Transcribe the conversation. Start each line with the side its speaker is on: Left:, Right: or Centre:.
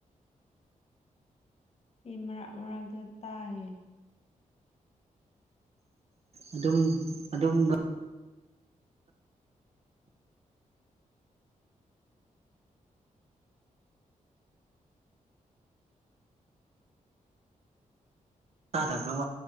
Left: ꯑꯩ ꯃꯔꯥꯛ ꯃꯔꯛꯇ ꯇꯥꯏꯌꯦ
Right: ꯑꯗꯨꯝ ꯑꯗꯨꯝꯅ ꯇꯥꯗꯕ꯭ꯔꯣꯕ